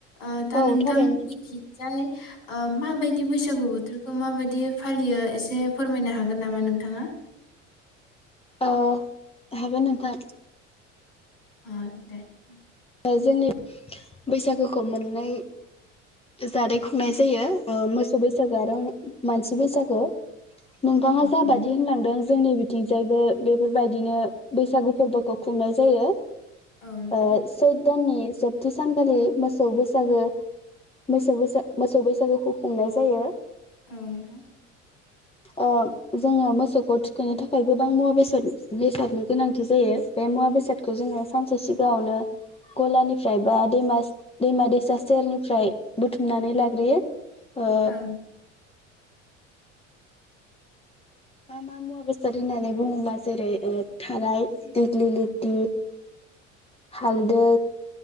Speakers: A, on the left; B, on the left.
A: ओ दा
B: औ
A: नोंथां
B: थारैनो
A: मिथिजाय ओ माबायदि बैसागु बोथोरखौ माबायदि फालियो एसे फोरमायनो हागोन नामा नोंथाङा
B: औ हागोन नोंथां
A: अ <inaudible>
B: ओ जोंनि बैसागोखौ मोननै जादै खुंनाय जायो मोसौ बैसागो आरो मानसि बैसागु नोंथाङा
A: औ
B: जाबायदि
A: औ नोंथां
B: होनलांदों जोंनि थिगजायबो बेफोरबायदिनो बैसागु फोरबोखौ खुंनाय जायो
A: औ नोंथां
B: आ दाननि जोबथि सानखालि मोसौ बैसागो मोसौ बै मोसौ बैसागुखौ खुंनाय जायो
A: औ नोथां
B: अ जोङो मोसौखौ थुखैनो थाखाय गोबां मुवा बेसाद बेसादनि गोनांथि जायो बे मुवा बेसादखौ जोङो सिगाङावनो गलानिफ्राय बा दैमा दैमा दैसा सेरनिफ्राय बुथुमनानै लाग्रोयो ओ
A: आ
B: मा मा मुवा बेसाद होननानै बुङोबा जेरै थाराय दिग्लि लिथि हालदै